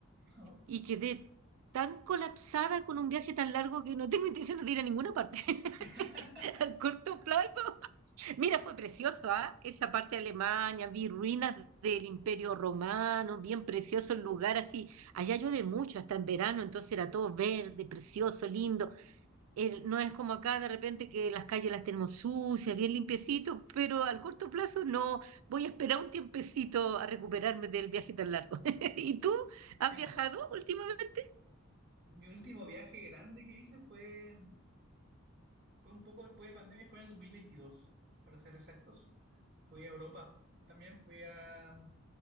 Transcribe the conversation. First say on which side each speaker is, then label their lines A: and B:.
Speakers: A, on the right; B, on the right.
A: no.
B: y quedé tan colapsada con un viaje tan largo que no tengo intención de ir a ninguna parte
A: <laughs>
B: <laughs> al corto plazo. Mira, fue precioso, ¿ah? Esa parte de Alemania, vi ruinas del Imperio Romano, bien precioso el lugar así. Allá llueve mucho, hasta en verano, entonces era todo verde, precioso, lindo. El- no es como acá de repente que las calles las tenemos sucias, bien limpiecitos, pero al corto plazo no. Voy a esperar un tiempecito a recuperarme del viaje tan largo. <laughs> ¿Y tú has
A: Sí,
B: viajado
A: po.
B: últimamente?
A: Mi último viaje grande que hice fue, fue un poco después de pandemia, fue en el 2022, para ser exactos. Fui a Europa, también fui a,